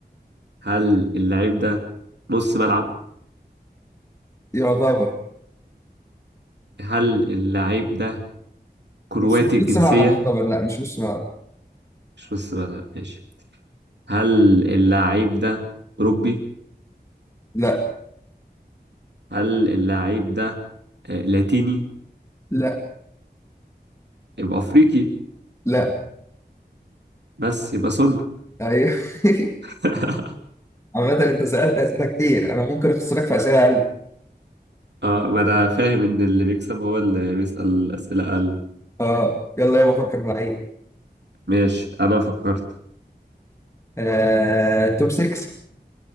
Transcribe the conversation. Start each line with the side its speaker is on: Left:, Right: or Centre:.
Right: هل اللعيب ده نص ملعب؟
Left: يعتبر
Right: هل اللعيب ده كرواتي
Left: بس مش
Right: الجنسية؟
Left: نص ملعب يعتبر لا مش نص ملعب
Right: مش نص ملعب ماشي هل اللاعب ده أوروبي
Left: لا
Right: هل اللاعب ده آه، لاتيني
Left: لا
Right: يبقى أفريقي
Left: لا
Right: بس يبقى سن
Left: ايوه <laughs>
Right: <laughs>
Left: عامة انت سألت اسئله كتير انا ممكن اخسرك في اسئله اقل
Right: اه ما أنا فاهم إن اللي بيكسب هو اللي بيسأل أسئلة أقل
Left: اه يلا يابا فكر في لعيب
Right: ماشي أنا فكرت
Left: آه، توب 6